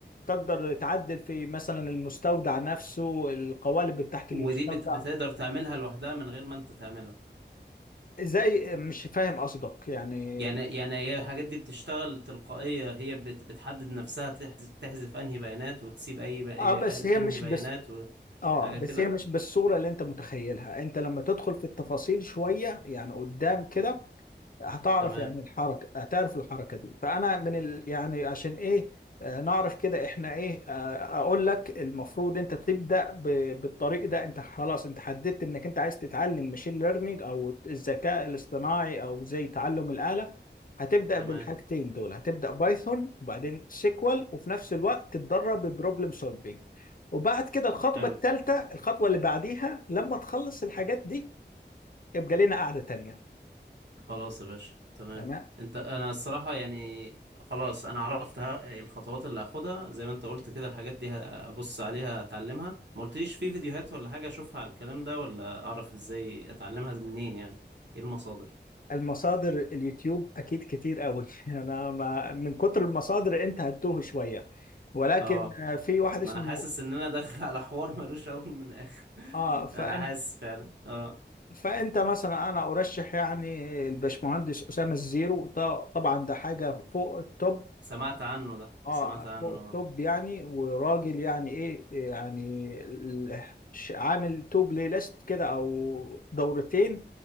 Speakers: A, on the left (about 50°); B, on the right (about 70°).
A: تقدر تعدل في مثلا المستودع نفسه القوالب بتاعت
B: ودي
A: المستودع
B: بت... بتقدر تعملها لوحدها من غير ما انت تعملها
A: زي مش فاهم قصدك يعني
B: يعني يعني هي الحاجات دي بتشتغل تلقائية هي بت... بتحدد نفسها تحز... تحذف انهي بيانات وتسيب اي, بي... أي...
A: اه بس
B: انهي
A: هي مش
B: بيانات
A: بس
B: وحاجة
A: اه بس
B: كده
A: هي مش بالصورة اللي انت متخيلها انت لما تدخل في التفاصيل شوية يعني قدام كده هتعرف
B: تمام
A: يعني الحركة هتعرف الحركة دي فأنا من ال... يعني عشان إيه آه، نعرف كده إحنا إيه آه، أقول لك المفروض أنت تبدأ ب... بالطريق ده أنت خلاص أنت حددت إنك أنت عايز تتعلم ماشين ليرنينج أو الذكاء الاصطناعي أو زي تعلم الآلة هتبدأ
B: تمام
A: بالحاجتين دول هتبدأ بايثون وبعدين سيكوال وفي نفس الوقت تتدرب ببروبلم سولفينج وبعد كده الخطوة
B: حلو
A: الثالثة الخطوة اللي بعديها لما تخلص الحاجات دي يبقى لنا قعدة تانية
B: خلاص يا باشا تمام
A: تمام
B: انت انا الصراحة يعني خلاص انا عرفت ه- الخطوات اللي هاخدها زي ما انت قلت كده الحاجات دي هبص عليها اتعلمها ما قلتليش في فيديوهات ولا حاجة اشوفها على الكلام ده ولا اعرف ازاي اتعلمها منين يعني ايه المصادر
A: المصادر اليوتيوب اكيد كتير قوي <laughs> انا ما من كتر المصادر انت هتتوه شويه ولكن
B: اه
A: آه، في واحد اسمه
B: ما انا حاسس ان انا داخل <laughs> على حوار ملوش اول من اخر
A: اه
B: <laughs>
A: فانت
B: انا حاسس فعلا اه
A: فانت مثلا انا ارشح يعني الباشمهندس اسامه الزيرو ده طبعا ده حاجه فوق التوب
B: سمعت عنه ده
A: اه
B: سمعت عنه
A: فوق التوب
B: آه.
A: يعني وراجل يعني ايه يعني ال- ش- عامل تو بلاي ليست كده او دورتين